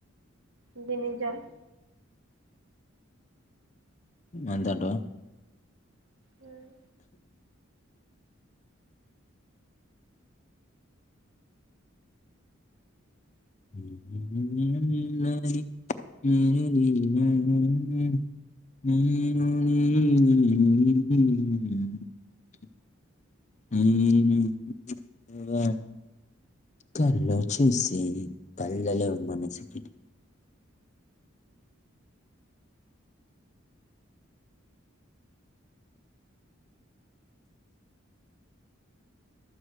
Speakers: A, on the right; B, on the left.
A: ఇది నిజం
B: ఎంతంటా
A: హ్మ్
B: మ్మ్ మ్మ్ మ్మ్ మ్మ్ మ్మ్ మ్మ్ మ్మ్ కళ్ళ చూసి కళ్ళలో మనసుకి